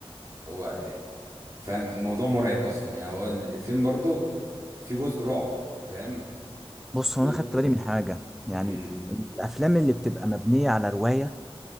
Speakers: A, on the right (about 35°); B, in the centre.
A: وهو فاهم موضوع مرعب اصلا يعني هو الفيلم برضو في جزء رعب فاهم
B: بص
A: في
B: هو
A: جزء
B: انا خدت بالي من حاجه يعني
A: امم
B: الافلام اللي بتبقى مبنيه على روايه